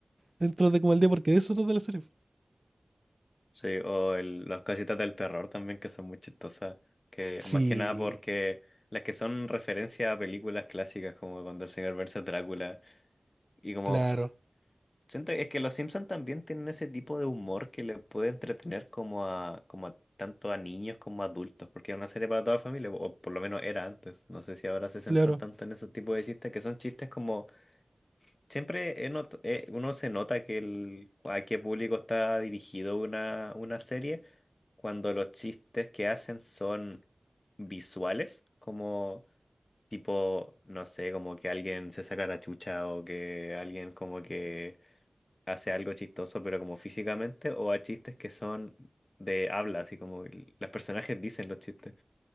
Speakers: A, on the right; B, on the left.
A: dentro de como el día, porque de eso es lo de la serie.
B: Sí, o el, las casitas del terror también que son muy chistosas. Que
A: Sí,
B: más que nada porque... Las que son referencia a películas clásicas, como cuando el señor versus Drácula, Y como
A: claro,
B: siento es que los Simpsons también tienen ese tipo de humor que le puede entretener como a, como a tanto a niños como a adultos, porque era una serie para toda la familia, o por lo menos era antes. No sé si ahora se centran
A: claro,
B: tanto en ese tipo de chistes, que son chistes como siempre he not- eh, uno se nota que el, a qué público está dirigido una, una serie cuando los chistes que hacen son visuales, como tipo, no sé, como que alguien se saca la chucha o que alguien como que hace algo chistoso, pero como físicamente, o a chistes que son de habla, así como el- los personajes dicen los chistes.